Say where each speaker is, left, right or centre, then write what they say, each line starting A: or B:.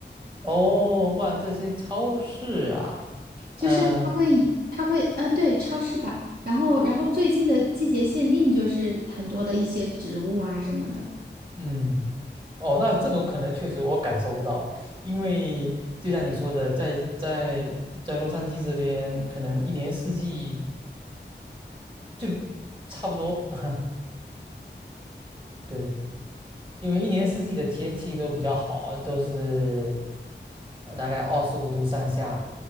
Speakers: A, on the right; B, on the right.
A: 哦，逛这些超市啊，
B: 就是它会，
A: 嗯、
B: 它会，啊，对，超市吧。然后，然后最近的季节限定就是很多的一些植物啊什么的
A: 嗯，哦，那这种可能确实我感受不到，因为就像你说的，在在在洛杉矶这边，可能一年四季就差不多，<laughs> 对，因为一年四季的天气都比较好，都是呃大概二十五度上下，